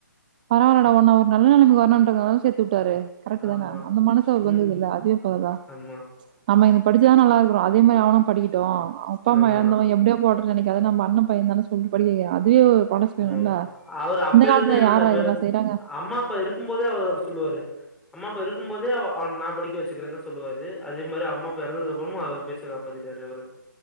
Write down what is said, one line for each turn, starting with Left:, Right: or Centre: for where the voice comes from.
Right: பரவாலடா ஒன்ன ஒரு நல்ல நெலமைக்கு வரணுன்றதுக்காக சேத்து ட்டாரு கரெக்ட்டு
Centre: ஆமா
Right: தான அந்த மனசு அவர்க்கு
Centre: ம்
Right: வந்ததுல்ல அதுவே போதாதா
Centre: ஆமா
Right: நம்ம இங்க படிச்சா தா நல்லா இரு அப்றோ அதே மாரி அவனு படிக்கட்டு ட்டு அப்பா அம்மா
Centre: ஆமா
Right: எழந்தவ எப்டியோ போட்டு நெனக்காத நம்ம அண்ண பையந்தான்னு சொல்லிட்டு படிக்க வக்ராரு அதுவே ஒரு மனசு வேணும்ல?
Centre: ஆமா ஆமா அவர் அப்பேல
Right: இந்த காலத்துல
Centre: இருந்தே என்ன
Right: யார்றா
Centre: மே
Right: இதெல்லாம் செய்றாங்க?
Centre: அம்மா அப்பா இருக்கும் போதே அவர் அப்டி சொல்வாரு அம்மா அப்பா இருக்கும்போதே அவன நா படிக்க வச்சுக்கறேனு தா சொல்லுவாரு அதே மாரி அம்மா அப்பா எறந்ததுக்கு அப்றமு அவர் பேச்ச காப்பாத்திட்டாரு அவரு